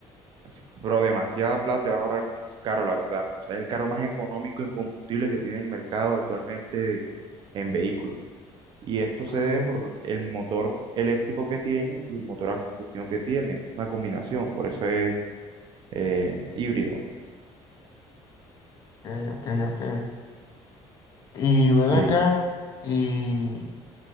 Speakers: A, on the right; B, on the left.
A: es- bro, demasiada plata te vas a ahorrar con ese carro, la verdad. O sea, es el carro más económico en combustible que tiene el mercado actualmente en vehículos. Y esto
B: mm.
A: se debe por el motor eléctrico que tiene y el motor a combustión que tiene, una combinación, por eso es eh, híbrido.
B: Ok, ok, ok.
A: Sí,
B: Y ven acá, y,